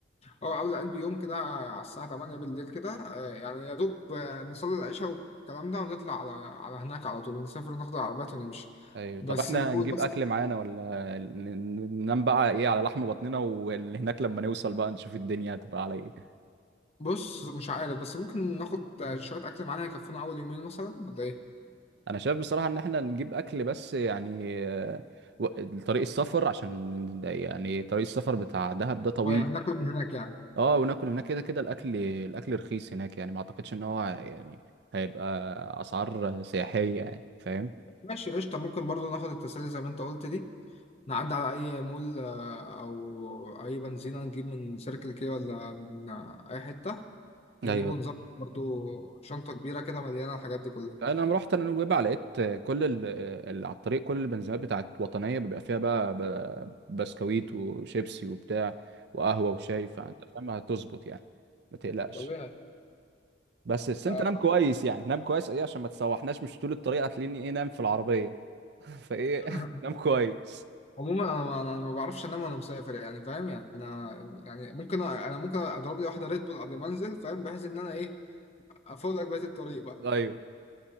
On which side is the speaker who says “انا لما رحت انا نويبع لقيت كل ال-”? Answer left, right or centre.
Right